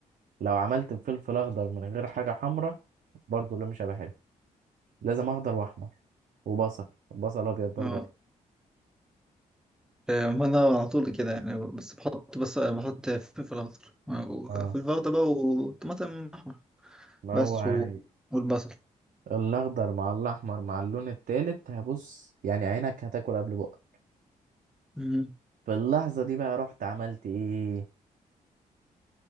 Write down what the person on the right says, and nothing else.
لو عملت بفلفل اخضر من غير حاجه حمراء برضه اللون مش هيبقى حلو لازم اخضر واحمر وبصل بصل ابيض برضه
أيوة.
اه
ما
هو يعني
الاخضر مع الاحمر مع اللون التالت هبص يعني عينك هتاكل قبل بقك
في اللحظه دي بقى رحت عملت ايه